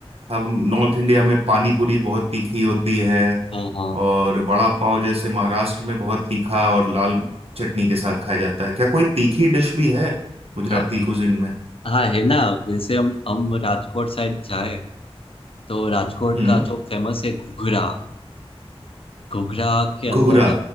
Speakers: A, on the right; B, on the left.
A: हम नॉर्थ इंडिया में पानी पूरी बहुत तीखी होती है
B: हाँ हाँ
A: और वड़ा पाव जैसे महाराष्ट्र में बहुत तीखा और लाल चटनी के साथ खाया जाता है क्या कोई तीखी डिश भी है गुजराती
B: हाँ
A: कुजिन में
B: हाँ, है ना वैसे हम हम राजकोट साइड जाए तो राजकोट
A: हम्म
B: का जो फेमस है घुघरा घुघरा के अंदर
A: घुघरा